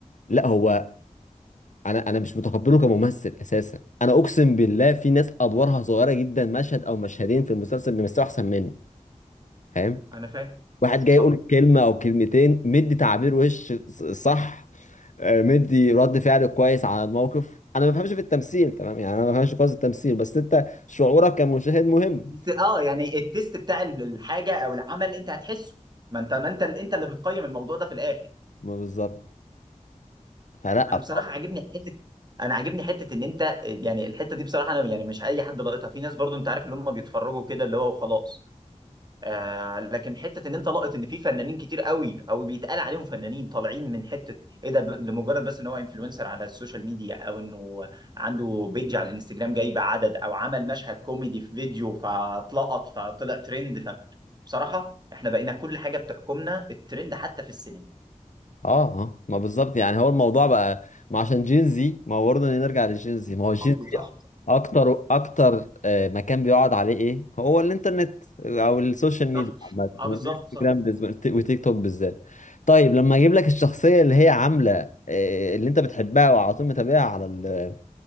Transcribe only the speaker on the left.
لا هو انا انا مش متقبله كممثل اساسا انا اقسم بالله في ناس ادوارها صغيرة جدا مشهد او مشهدين في المسلسل بيمثلوا احسن منه فاهم
واحد جاي
يقول كلمة أو كلمتين مدي تعبير وش ص- صح آه، مدي رد فعل كويس على الموقف أنا ما بفهمش في التمثيل تمام يعني أنا ما بفهمش كويس التمثيل بس أنت شعورك كمشاهد مهم
ما بالظبط فلا
اه اه ما بالظبط يعني هو الموضوع بقى ما عشان جين زي ما هو برضه نرجع للجين زي ما هو
جين زي
اكتر اكتر آه، مكان بيقعد عليه ايه هو الانترنت او السوشيال ميديا
عامه
الانستجرام
بز- وت- وتيك توك بالذات طيب لما اجيب لك الشخصيه اللي هي عامله آه، اللي انت بتحبها وعلى طول متابعها على ال-